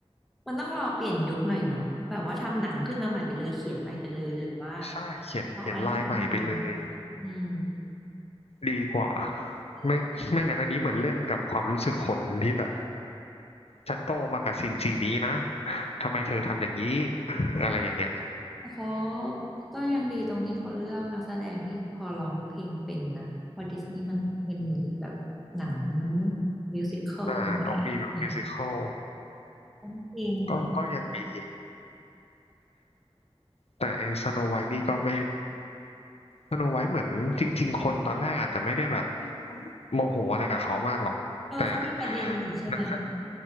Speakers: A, in the centre; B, on the left.
A: มันต้องรอเปลี่ยนยุคหน่อยเนาะแบบว่าทำหนังขึ้นมาใหม่ไปเลยเขียนใหม่ไปเลยหรือว่า
B: ใช่เขียนเขียนลายใหม่ไปเลย
A: เอาอันที่มันเป็นอืม
B: ดีกว่า
A: เออ
B: ไม่ไม่งั้นอันนี้เหมือนเล่นกับความรู้สึกคนที่แบบฉันโตมากับสิ่งสิ่งนี้นะ ทำไมเธอทำอย่างนี้อะไรอย่างเงี้ย
A: เขาก็ยังดีตรงที่เขาเลือกนักแสดงที่พอร้องเพลงเป็นนะเพอดิสนีย์มันเป็นแบบหนังมิวสิคลหน่อยเออ
B: อ่าต้องมีแบบมิวสิคล
A: ต้องเพลงหน่อย
B: ก็ก็ยังดี แต่ไอ้สโนไวท์นี่ก็ไม่ สโนไวท์เหมือนจริงๆคนตอนแรกอาจจะไม่ได้แบบโมโหอะไรกับเขามากหรอก
A: เออเขามีประเด็นนี่ใช่ไหม
B: แต่นักแส